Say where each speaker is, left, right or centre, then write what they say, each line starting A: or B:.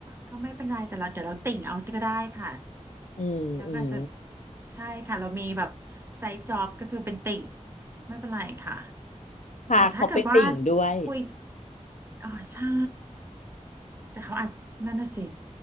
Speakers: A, on the right (about 20°); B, on the left (about 75°).
A: ก็ไม่เป็นไรแต่เราเดี๋ยวเราติ่งเอาก็ได้ค่ะ
B: อืมอืม
A: แล้วก็อาจจะใช่ค่ะเรามีแบบไซด์จ็อบก็คือเป็นติ่งไม่เป็นไรค่ะ
B: ค่ะเขาเป็นติ่งด้วย
A: แต่ถ้าเกิดว่าคุย อ๋อใช่แต่เขาอาจนั่นน่ะสิ